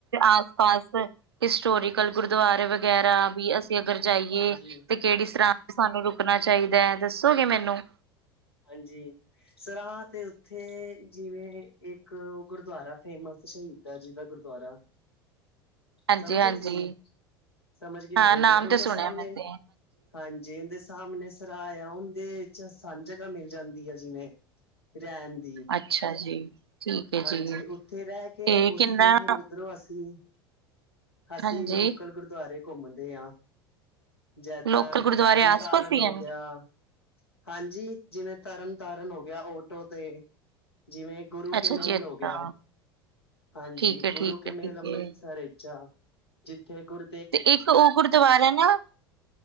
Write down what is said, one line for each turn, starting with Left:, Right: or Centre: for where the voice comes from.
Right: ਆਸ -ਪਾਸ, ਹਿਸਟੋਰੀਕਲ, ਗੁਰਦੁਆਰੇ ਵਗੈਰਾ ਵੀ, ਅਸੀਂ ਅਗਰ ਜਾਈਏ
Left: ਹਾਂਜੀ,
Right: ਤੇ ਕਿਹੜੀ ਸਰਾਂ ਚ, ਸਾਨੂੰ ਰੁਕਣਾ ਚਾਹੀਦਾ ਐ? ਦੱਸੋਗੇ, ਮੈਨੂੰ?
Left: ਹਾਂਜੀ, ਸਰਾ ਤੇ, ਉੱਥੇ ਜਿਵੇਂ ਇੱਕ ਗੁਰਦੁਆਰਾ ਫੇਮਸ। ਸ਼ਹੀਦਾ, ਜੀ ਦਾ ਗੁਰਦੁਆਰਾ
Right: ਹਾਂਜੀ
Left: ਸਮਝੇ
Right: ਹਾਂਜੀ
Left: ਤੁਸੀਂ, ਸਮਝ ਗੇ
Right: ਹਾਂ
Left: ਹੋਵੋਗੇ,
Right: ਨਾਮ
Left: ਉਹਦੇ
Right: ਤੇ ਸੁਣਿਆ
Left: ਸਾਹਮਣੇ
Right: ਮੈਂ ਤੇ
Left: ਹਾਂਜੀ ਜੇ ਉਹਦੇ, ਸਾਹਮਣੇ ਸਰਾ ਆ, ਉਹਦੇ ਵਿੱਚ, ਆਸਾਨ ਜਗ੍ਹਾ ਮਿਲ ਜਾਂਦੀ ਆ, ਜਿਵੇਂ ਰਹਿਨ ਦੀ,
Right: ਅੱਛਾ ਜੀ ਠੀਕ ਹੈ
Left: ਹਾਂਜੀ,
Right: ਜੀ
Left: ਉੱਥੇ ਰਹਿ ਕੇ,
Right: ਤੇ
Left: ਉੱਥੇ
Right: ਕਿੰਨਾ
Left: ਫਿਰ ਉਧਰੋਂ, ਅਸੀਂ ਅਸੀਂ
Right: ਹਾਂਜੀ
Left: ਲੋਕਲ, ਗੁਰਦੁਆਰੇ ਘੁੰਮਦੇ ਆ। ਜਿੱਦਾਂ,
Right: ਲੋਕਲ ਗੁਰਦੁਆਰੇ
Left: ਤਰਨ-
Right: ਆਸ
Left: ਤਾਰਨ
Right: ਪਾਸ ਹੀ
Left: ਹੋ
Right: ਹਨ
Left: ਗਿਆ ਹਾਂਜੀ, ਜਿਵੇਂ ਤਰਨ- ਤਾਰਨ ਹੋ ਗਿਆ, ਓਟੋ ਤੇ ਜਿਵੇਂ ਗੁਰੂ
Right: ਅੱਛਾ
Left: ਕੇ ਮਹਿਲ
Right: ਜੀ ਅੱਛਾ
Left: ਹੋ ਗਿਆ, ਹਾਂਜੀ,
Right: ਠੀਕ ਹੈ
Left: ਗੁਰੂ
Right: ਠੀਕ
Left: ਕੇ
Right: ਹੈ
Left: ਮਹਿਲ
Right: ਠੀਕ
Left: ਅੰਮ੍ਰਿਤਸਰ
Right: ਹੈ
Left: ਵਿੱਚ ਆ ਜਿੱਥੇ, ਗੁਰ।
Right: ਤੇ, ਇੱਕ, ਉਹ ਗੁਰਦੁਆਰਾ ਨਾ,